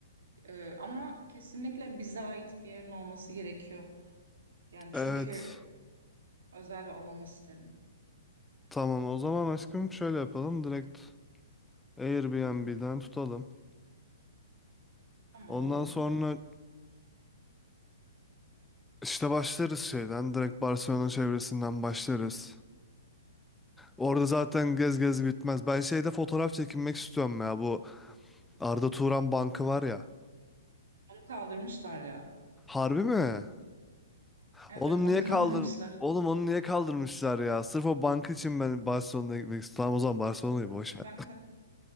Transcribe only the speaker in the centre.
Evet.
Tamam o zaman aşkım şöyle yapalım. Direkt Airbnb'den tutalım.
Ondan
sonra İşte başlarız şeyden. Direkt Barcelona çevresinden başlarız. Orada zaten gez gez bitmez. Ben şeyde fotoğraf çekinmek istiyorum ya. Bu Arda Turan Bankı var ya.
Harbi mi?
Oğlum
niye
kaldır... Oğlum onu niye kaldırmışlar ya? Sırf o bank için ben Barcelona'ya gitmek istiyorum. Tamam o zaman Barcelona'yı boş
ver.